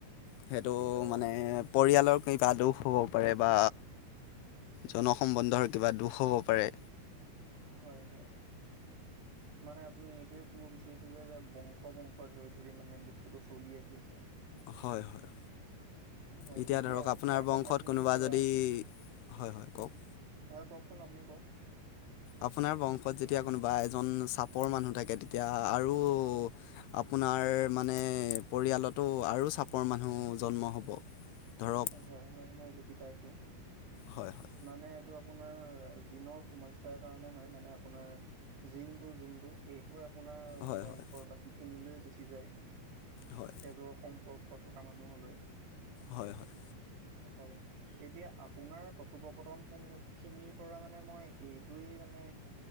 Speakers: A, on the left (about 80°); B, on the right (about 75°).
A: সেইটো
B: কিন্তু
A: মানে পৰিয়ালৰ কিবা দুখ হ'ব পাৰে বা জনসম্বন্ধৰ কিবা দুখ হ'ব পাৰে।
B: হয়, হয়। মানে আপুনি এইটোৱে কব বিচাৰিছে যে বংশ বংশ ধৰি ধৰি মানে বস্তুটো চলি আহি আছে।
A: হয় হয়।
B: হয়,
A: এতিয়া ধৰক আপোনাৰ বংশত
B: কথাখিনিৰ
A: কোনোবা
B: পৰা
A: যদি হয় হয় কওঁক।
B: হয় কওকচোন আপুনি কওক।
A: আপোনাৰ বংশত যেতিয়া কোনোবা এজন চাপৰ মানুহ থাকে তেতিয়া আৰু। আপোনাৰ মানে পৰিয়ালতো আৰু চাপৰ মানুহ জন্ম হ'ব। ধৰক
B: হয় হয় মই বুজি পাইছো
A: হয় হয়
B: মানে। এইটো আপোনাৰ জিনৰ সমস্যাৰ কাৰণে হয়। মানে আপোনাৰ জিনটো যিটো আপোনাৰ
A: হয়
B: বংশ
A: হয়
B: বাকী খিনিলৈ গুচি যায়
A: হয়
B: তেজৰ সম্পৰ্ক ক থকা মানুহলৈ।
A: হয় হয়
B: হয় এতিয়া আপোনাৰ কথোপকথন খিনিৰ পৰা মানে মই এইটোয়ে মানে,